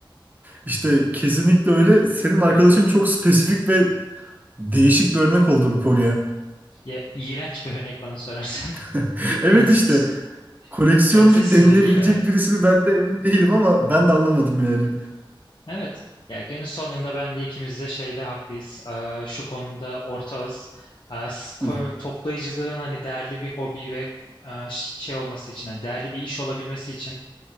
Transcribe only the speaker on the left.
Ya iğrenç bir örnek bana sorarsan.
<laughs>
Hani siz
kendisi sinirliyim
herhalde.
Evet. Ya günün sonunda ben de ikimiz de şeyde haklıyız. Ee, şu konuda ortağız. Ee, s- ko-
toplayıcılığın hani değerli bir hobi ve e, ş- şey olması için, hani değerli bir iş olabilmesi için